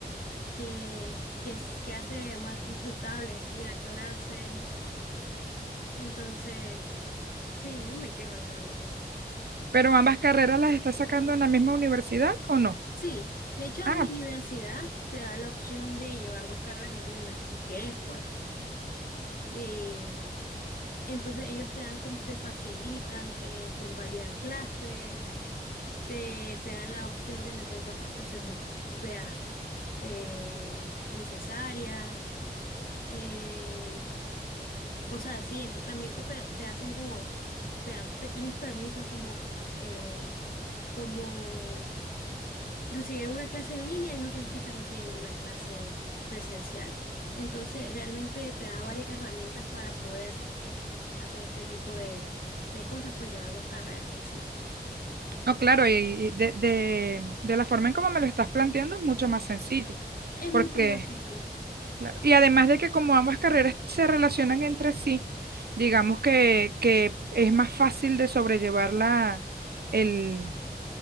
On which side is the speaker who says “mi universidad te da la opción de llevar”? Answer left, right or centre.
Left